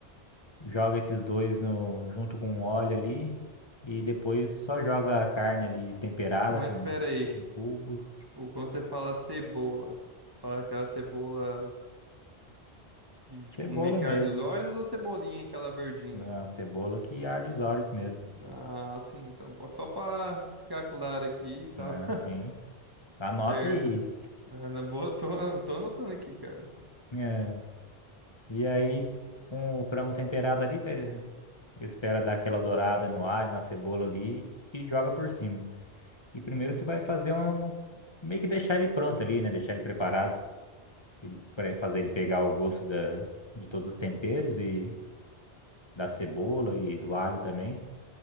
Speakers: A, on the left (about 25°); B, on the right (about 20°).
A: Joga esses dois no, junto com o óleo ali. E depois só joga a carne ali temperada
B: Mas
A: com
B: espera
A: um
B: aí.
A: cubo.
B: Tipo, quando você fala cebola, fala aquela cebola que, tipo,
A: Cebola
B: meio que
A: mesmo,
B: arde os olhos
A: né?
B: ou cebolinha, aquela verdinha?
A: Não é uma cebola que arde os olhos mesmo.
B: Ah, sim. Então, pô, só pra ficar claro aqui e tal.
A: né?
B: <laughs>
A: Assim. Anota
B: Certo.
A: aí.
B: Ah, na boa, eu tô, eu tô anotando aqui, cara.
A: É. E aí, com o frango temperado ali, você espera dar aquela dourada no alho, na cebola ali e joga por cima. E primeiro você vai fazer um. Meio que deixar ele pronto ali, né? Deixar ele preparado. Ele, pra fazer ele pegar o gosto da, de todos os temperos e da cebola e do alho também.